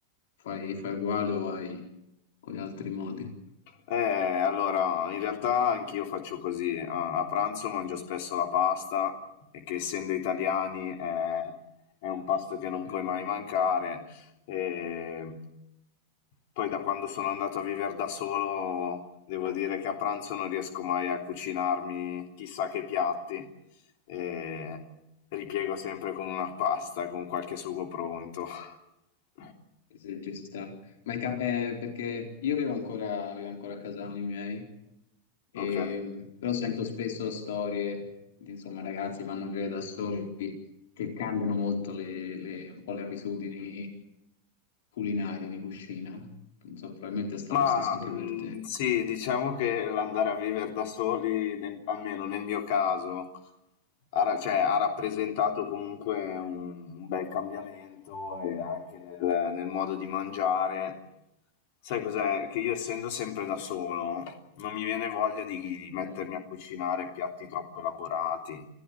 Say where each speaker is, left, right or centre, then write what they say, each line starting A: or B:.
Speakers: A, on the left; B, on the left.
A: fai, fai uguale o hai con gli altri modi.
B: Eh, allora, in realtà anch'io faccio così. A, a pranzo mangio spesso la pasta, e che essendo italiani è, è un pasto che non
A: Eh,
B: puoi mai mancare. E poi da quando sono andato a vivere da solo, devo dire che a pranzo non riesco mai a cucinarmi chissà che piatti. E ripiego sempre con una pasta, con qualche sugo pronto. <laughs>
A: Se ci sta. Ma è ca- eh, perché io vivo ancora, vivo ancora a casa con i miei Ehm,
B: Ok.
A: però sento spesso storie di insomma, ragazzi che vanno a vivere da soli che cambiano molto le, le- un po' le abitudini culinarie di cucina. Non so, probabilmente sta
B: Ma
A: lo stesso anche
B: mhmm,
A: per te.
B: sì, diciamo che l'andare a vivere da soli, nel almeno nel mio caso, ha ra cioè ha rappresentato comunque un un bel cambiamento e anche nel nel modo di mangiare. Sai cos'è? Che io essendo sempre da solo, non mi viene voglia di di mettermi
A: Sì,
B: a cucinare piatti troppo elaborati.